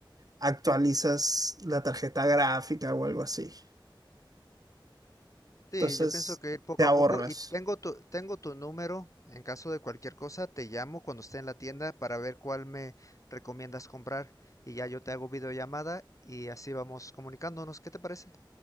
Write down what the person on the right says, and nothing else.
actualizas la tarjeta gráfica o algo así.
Entonces,
te ahorras.